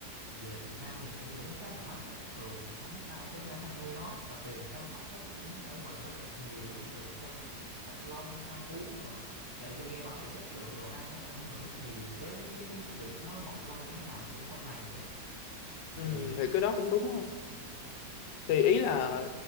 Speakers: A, on the right; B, on the left.
A: về Việt Nam thì tôi nghĩ nó khá là mắc đó. Thường thì không ai có thể ăn nuôi nó và tiền chăm sóc nó chắc cũng phải gọi là rất là nhiều luôn từ chăm sóc lông ăn uống rồi thì tôi nghe bảo là chất lượng đồ ăn nó sẽ ảnh hưởng rất nhiều tới cái việc nó mọc lông như thế nào sau này kìa thì
B: ừ thì cái đó cũng đúng thì ý là